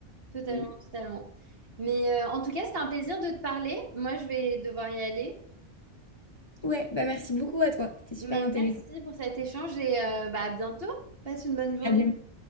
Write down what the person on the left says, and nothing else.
et-
Ouais, bah merci beaucoup à toi. C'était super
intéressant.
À bientôt.